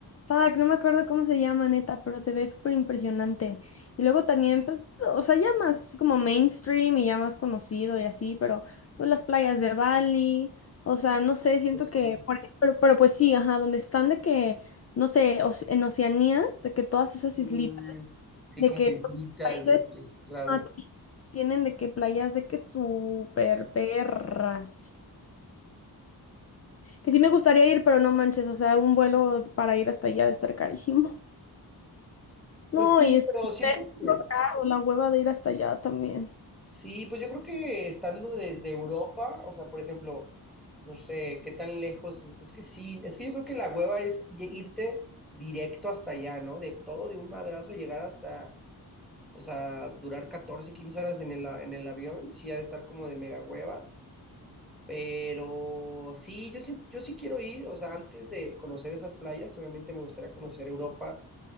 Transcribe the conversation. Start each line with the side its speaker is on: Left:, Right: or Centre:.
Left: Fuck, no me acuerdo cómo se llama, neta, pero se ve súper impresionante. Y luego también, pues, o sea, ya más como mainstream y ya más conocido y así, pero pues las playas de Bali, o sea, no sé, siento
Centre: pues
Left: que,
Centre: sí.
Left: por ej- pero, pero pues sí, ajá, donde están de que, no sé, Oce- en Oceanía, de que todas esas
Centre: Mm,
Left: islitas,
Centre: sí,
Left: de
Centre: como
Left: que
Centre: islitas,
Left: todos los países
Centre: de que, claro.
Left: ah, tienen de que playas de que súper perras. Que sí me gustaría ir, pero no manches, o sea, un vuelo para ir hasta allá de estar carísimo. <laughs> No,
Centre: Pues sí,
Left: y es
Centre: pero siento que
Left: lo caro, la hueva de ir hasta allá también.
Centre: Sí, pues yo creo que estando desde Europa, o sea, por ejemplo, no sé, qué tan lejos, es que sí, es que yo creo que la hueva es ye- irte directo hasta allá, ¿no? De todo de un madrazo llegar hasta, o sea, durar 14, 15 horas en el, a- en el avión, sí ha de estar como de mega hueva, pero sí, yo sí, yo sí quiero ir, o sea, antes de conocer esas playas, obviamente me gustaría conocer Europa,